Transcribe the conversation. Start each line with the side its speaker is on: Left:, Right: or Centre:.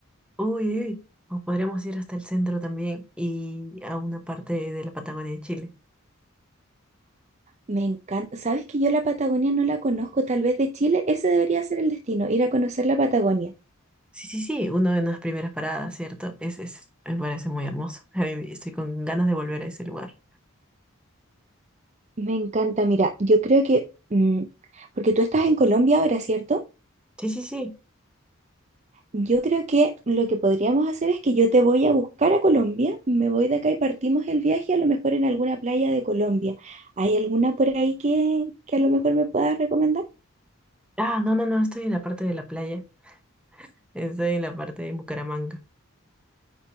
Centre: Uy, uy. uy. O podríamos ir hasta el centro también y a una parte de la Patagonia de Chile.
Right: Me encanta. ¿Sabes que yo la Patagonia no la conozco? Tal vez de Chile. Ese debería ser el destino, ir a conocer la Patagonia.
Centre: Sí, sí, sí, una de las primeras paradas, ¿cierto? Es, es, me parece muy hermoso. <laughs> A mí estoy con ganas de volver a ese lugar.
Right: Me encanta. Mira, yo creo que... mm, porque tú estás en Colombia ahora, ¿cierto?
Centre: Sí, sí, sí.
Right: Yo creo que lo que podríamos hacer es que yo te voy a buscar a Colombia, me voy de acá y partimos el viaje a lo mejor en alguna playa de Colombia. ¿Hay alguna por ahí que, que a lo mejor me puedas recomendar?
Centre: Ah, no, no, no, estoy en la parte de la playa. Estoy en la parte de Bucaramanga.